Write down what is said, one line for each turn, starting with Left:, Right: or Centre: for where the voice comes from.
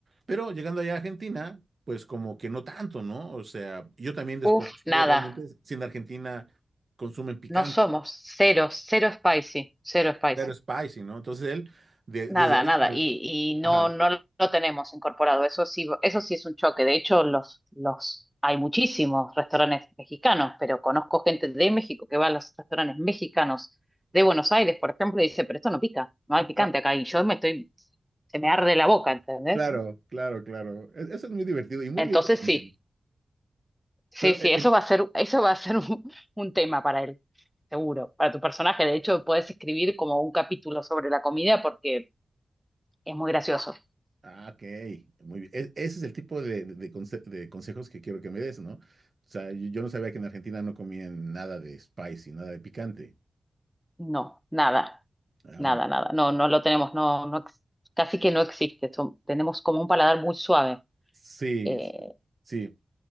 Right: Pero llegando allá a Argentina, pues como que no tanto, ¿no? O sea, yo también desconozco
Centre: Uf, nada,
Right: realmente si en Argentina consumen picante,
Centre: no somos, cero, cero spicy, cero spicy.
Right: claro, spicy, ¿no? Entonces él, de- desde
Centre: Nada,
Right: ahí
Centre: nada,
Right: como,
Centre: y, y no,
Right: ajá,
Centre: no lo tenemos incorporado. Eso sí, eso sí es un choque. De hecho, los, los, hay muchísimos restaurantes mexicanos, pero conozco gente de México que va a los restaurantes mexicanos de Buenos Aires, por ejemplo, y dice, pero esto no pica, no hay picante
Right: Ah,
Centre: acá. Y yo me estoy, se me arde la boca, ¿entendés?
Right: claro, claro, claro. E- Eso es muy divertido y muy
Centre: Entonces
Right: lindo también.
Centre: sí, Sí,
Right: Pero,
Centre: sí,
Right: el-
Centre: eso
Right: el-
Centre: va a ser, eso va a ser <laughs> un, un tema para él, seguro, para tu personaje. De hecho, puedes escribir como un capítulo sobre la comida porque es muy gracioso.
Right: ah, ok, muy bien. E- ese es el tipo de, de- de conse- de consejos que quiero que me des, ¿no? O sea, yo, yo no sabía que en Argentina no comían nada de spicy, nada de picante.
Centre: No, nada,
Right: Ah,
Centre: nada,
Right: ok.
Centre: nada. No, no lo tenemos, no, no, ex- casi que no existe. Son- tenemos como un paladar muy suave.
Right: Sí,
Centre: Eh,
Right: sí.